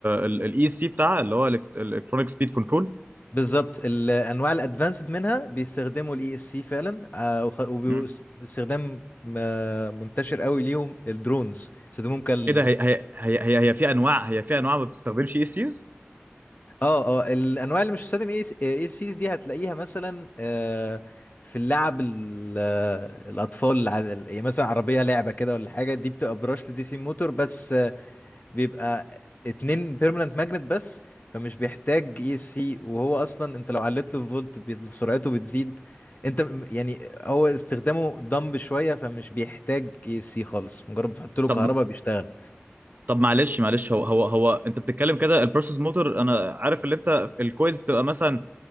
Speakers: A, on the right; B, on the left.
A: الاي سي بتاعها اللي هو الكترونيك سبيد كنترول
B: بالظبط الانواع الادفانسد منها بيستخدموا الاي اس سي فعلا واستخدام
A: مم.
B: منتشر قوي ليهم الدرونز بيستخدموهم كال
A: ايه ده هي هي هي هي هي في انواع هي في انواع ما بتستخدمش اي سيز
B: اه اه الانواع اللي مش بتستخدم اي اس سيز دي هتلاقيها مثلا آه، في اللعب ال- آه، الاطفال الع- يعني مثلا عربيه لعبه كده ولا حاجه دي بتبقى براشلس دي سي موتور بس بيبقى اتنين بيرمننت ماجنت بس فمش بيحتاج اي اس سي وهو اصلا انت لو علت له فولت بي- سرعته بتزيد انت م- يعني هو استخدامه دمب شويه فمش بيحتاج اي اس سي خالص مجرد بتحط له
A: طب
B: كهرباء بيشتغل
A: طب معلش معلش هو هو هو انت بتتكلم كده البروسيس موتور انا عارف اللي انت الكويز تبقى مثلا